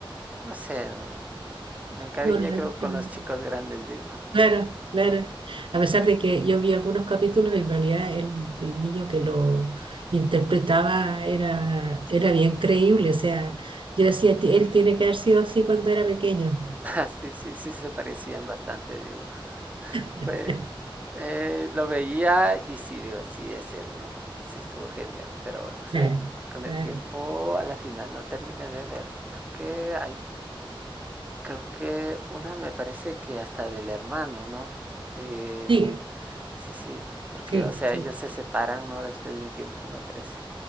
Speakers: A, on the right (about 15°); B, on the right (about 70°).
A: no sé, no. Me encariñé
B: Bueno,
A: creo
B: es
A: con
B: que- no.
A: los chicos grandes, digo.
B: claro, claro. A pesar de que yo vi algunos capítulos, en realidad el, el niño que lo interpretaba era, era bien creíble. O sea, yo decía, "Ti- él tiene que haber sido así cuando era pequeño.
A: <laughs> Sí, sí, sí se parecían bastante, digo.
B: <laughs>
A: Fue, Eh, lo veía y sí, digo, sí es él, no. Sí estuvo genial, pero no sé,
B: Claro,
A: con
B: claro.
A: el tiempo a la final no terminé de ver. Creo que hay, creo que una me parece que hasta del hermano, ¿no? De,
B: Sí,
A: sí, sí, porque,
B: sí,
A: o sea,
B: sí,
A: ellos se separan, ¿no? Después de un tiempo, me parece.